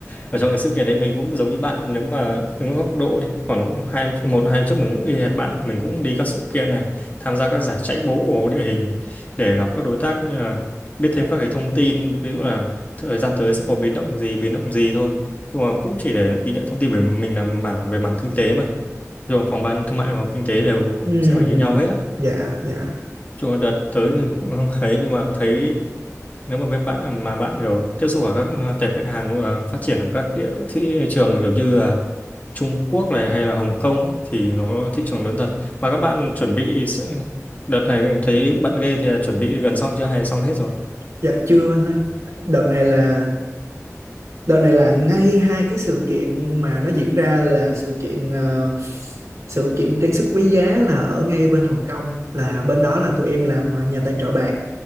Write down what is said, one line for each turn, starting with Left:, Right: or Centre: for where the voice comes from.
Left: ở trong cái sự kiện đấy mình cũng giống như bạn nếu mà đứng góc độ đi khoảng cũng hai một hai năm trước mình cũng y hệt bạn mình cũng đi các sự kiện này tham gia các giải chạy bộ địa hình để gặp các đối tác như là biết thêm các cái thông tin ví dụ là thời gian tới sẽ có biến động gì biến động gì thôi nhưng mà cũng chỉ để đi nhận thông tin về mình là mảng về mảng kinh tế mà rồi phòng ban thương mại và kinh tế đều
Right: Ừm,
Left: sẽ phải như nhau hết á
Right: dạ dạ
Left: chung là đợt tới mình cũng <laughs> không thấy nhưng mà thấy nếu mà bên bạn mà bạn kiểu tiếp xúc ở các ờ, tệp khách hàng ờ, phát triển ở các địa thị trường kiểu như là Trung Quốc này hay là Hồng Kông ấy, thì nó thị trường lớn thật mà các bạn chuẩn bị sẽ- đợt này thấy bận ghê thì là chuẩn bị gần xong chưa hay là xong hết rồi
Right: dạ chưa anh ơi đợt này là Đợt này là ngay hai cái sự kiện mà nó diễn ra là sự kiện ờ, sự kiện trang sức quý giá là ở ngay bên Hồng Kông là bên đó là tụi em làm ờ, nhà tài trợ bạc